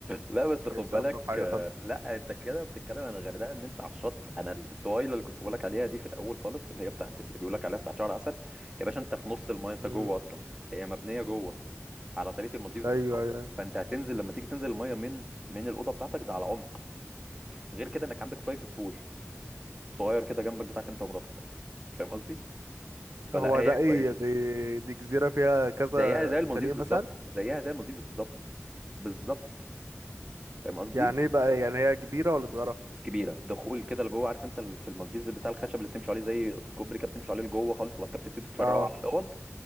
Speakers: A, on the right; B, on the right.
A: لا بس
B: كانتش
A: خد بالك
B: الطف حاجه
A: آه،
B: خالص
A: لا انت كده بتتكلم عن الغردقه ان انت على الشط انا الطويله اللي كنت بقول لك عليها دي في الاول خالص اللي هي بتاعت اللي بيقول لك عليها بتاعت شهر عسل يا باشا انت في نص المايه انت
B: امم
A: جوه اصلا هي مبنيه جوه على طريقه المالديفز
B: ايوه
A: بالظبط
B: ايوه
A: فانت هتنزل لما تيجي تنزل المايه من من الاوضه بتاعتك ده على عمق غير كده انك عندك برايفت بول صغير كده جنبك بتاعك انت ومراتك فاهم قصدي فلا
B: هو
A: هي
B: ده
A: كويسه
B: ايه دي دي جزيره فيها كذا
A: زيها زي المالديفز
B: شاليه
A: بالظبط
B: مثلا
A: زيها زي المالديفز بالظبط بالظبط فاهم قصدي
B: يعني ايه بقى يعني هي كبيره ولا صغيره
A: الكبيره دخول كده لجوه عارف انت ال- في المالديفز بتاع الخشب اللي بتمشوا عليه زي الكوبري كده بتمشوا عليه لجوه خالص وبعد كده بتبتدي تفرقوا
B: اه
A: على الاوض